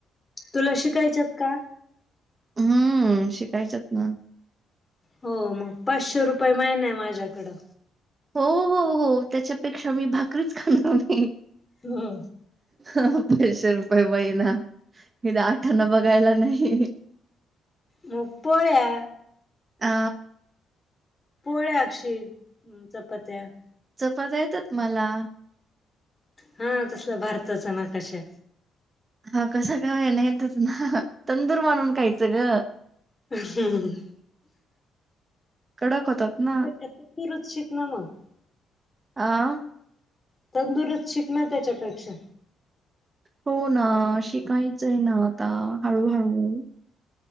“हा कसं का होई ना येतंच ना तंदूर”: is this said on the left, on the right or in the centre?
Right